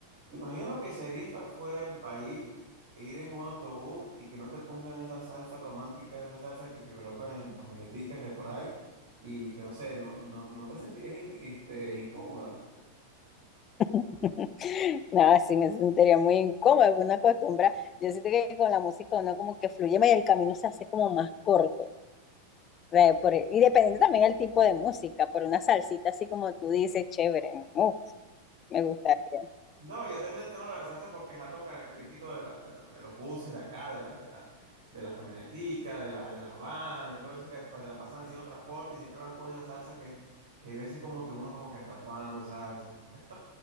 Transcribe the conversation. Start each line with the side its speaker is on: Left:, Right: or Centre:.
Right: ¿Te imaginas lo que sería estar fuera del país e ir en un autobús y que no te pongan esa salsa romántica, esa salsa que, que colocan en las camioneticas de por ahí? Y te- no sé, no, no, no te sentirías in- este, incómoda.
Left: <laughs> Nada, sí me sentiría muy incómoda, una acostumbra. Yo siento que con la música uno como que fluye más y el camino se hace como más corto. O sea, por- e, y dependiendo también del tipo de música, por una salsita así como tú dices, chévere, ¿no? Uh, me gustaría,
Right: No, yo te menciono la salsa porque es algo característico de, la- de, la- de los buses de acá, de, la, de, la, de las camioneticas, de, la, de las vans, de todo eso que se la pasan haciendo transporte y siempre van con esa salsa que, que hay veces como que uno como que hasta cuándo salsa. <laughs>